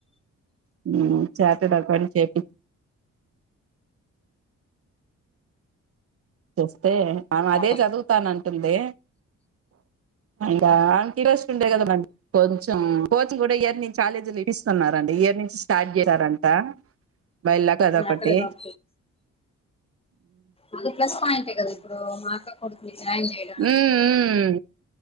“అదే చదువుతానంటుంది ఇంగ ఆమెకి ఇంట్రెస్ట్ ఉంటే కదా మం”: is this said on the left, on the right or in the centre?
Right